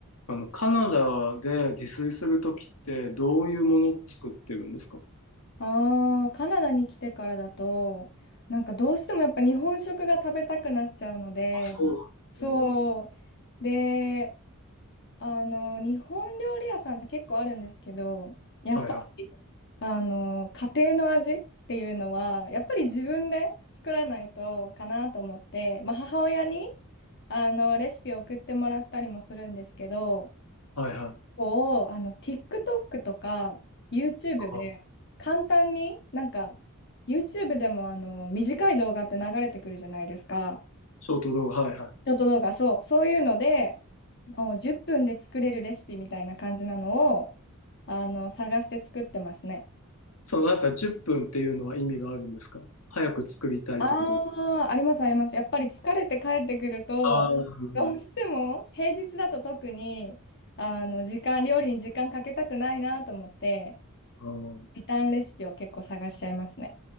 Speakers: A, on the left; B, on the left.
A: あの、カナダで自炊するときってどういうものを作ってるんですか
B: ああ、カナダに来てからだと、なんかどうしてもやっぱ日本食が食べたくなっちゃうので、
A: あ、そうなんですね。
B: そう。で、あの、日本料理屋さんって結構あるんですけど、やっぱり、
A: はいはい。
B: あの、家庭の味っていうのは、やっぱり自分で作らないとかなと思って、まあ母親に、あの、レシピを送ってもらったりもするんですけど、
A: はいはい。
B: 構、あの、TikTok とか YouTube
A: あ
B: で簡単に、なんか、YouTube でもあの、短い動画って流れてくるじゃないですか。
A: ショート動画、はいはい。
B: ショート動画、そう、そういうので、あの、10分で作れるレシピみたいな感じなのを、あの、探して作ってますね。
A: そのなんか10分っぷんっていうのは意味があるんですか早く作りたいってこと
B: ああ、ありますあります。やっぱり疲れて帰ってくると、
A: ああー、なるほ
B: どうしても平日だと特に、あの、時間、料理に時間かけたくないなと思って、
A: ど。あー
B: 時短レシピを結構探しちゃいますね。